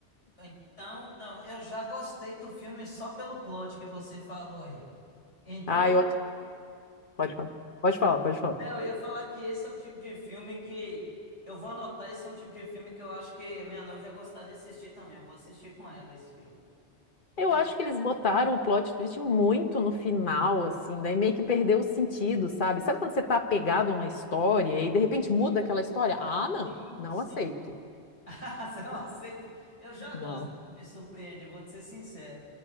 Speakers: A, on the left; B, on the left.
A: Então, não, eu já gostei do filme só pelo plot que você falou aí. Então,
B: Ah, eu acho. Pode falar. Pode falar, pode falar.
A: Não, eu ia falar que esse é o tipo de filme que. Eu vou anotar, esse é um tipo de filme que eu acho que a minha noiva ia gostar de assistir também. Eu vou assistir com ela esse filme. Porque.
B: Eu acho que eles botaram o plot twist muito no final, assim, daí meio que perdeu o sentido, sabe? Sabe quando você tá apegado a uma história e de repente muda aquela história? Ah, não,
A: Sim,
B: não
A: sim.
B: aceito.
A: <laughs> Você não aceita? Eu já
B: Não.
A: gosto, me surpreende, eu vou te ser sincero.